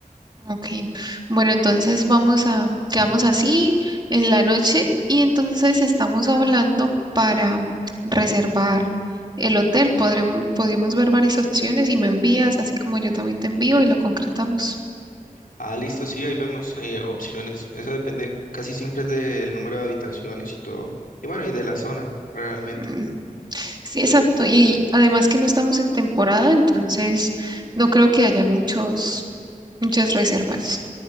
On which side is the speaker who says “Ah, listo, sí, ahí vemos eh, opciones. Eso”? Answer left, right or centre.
Left